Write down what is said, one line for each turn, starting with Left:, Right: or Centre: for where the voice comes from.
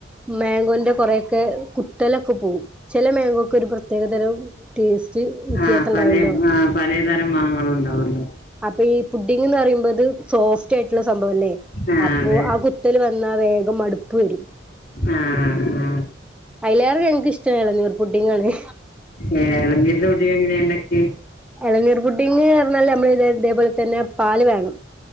Centre: മോങ്ങൊന്റെ കൊറൊക്കെ കുത്തല ക്കെ പോവും ചില മോഗോക്ക് ഒരു പ്രത്യേകതരം ടേസ്റ്റ് വ്യത്യാസം
Left: ആ പലേ
Centre: ഇണ്ടാവല്ലോ
Left: ആ പലേതരം
Centre: <unintelligible>
Left: മാങ്ങളുണ്ടാവല്ലോ
Centre: അപ്പൊ ഈ പുഡിങ് എന്ന് പറയുമ്പോത് സോഫ്റ്റ് ആയിട്ടുള്ള സംഭവംല്ലേ
Left: ആ
Centre: അപ്പൊ
Left: അതെ
Centre: ആഹ് കു വന്നാൽ വേഗം മടുപ്പ് വരും
Left: ആ ആ
Centre: അയ്ലേറെ ഞങ്ങൾക്ക് ഇഷ്ടം ഇളനീർ പുഡിങ്ങാണ്
Left: എഹ് എളനീരിന്റെ പുഡ്ഡിംഗ് എങ്ങനെയ ഇണ്ടക്കെ
Centre: ഇളനീർ പുഡിങ്ങ് പറഞ്ഞാൽ നമ്മള് ഇതോ പോലെ തന്നെ പാൽ വേണം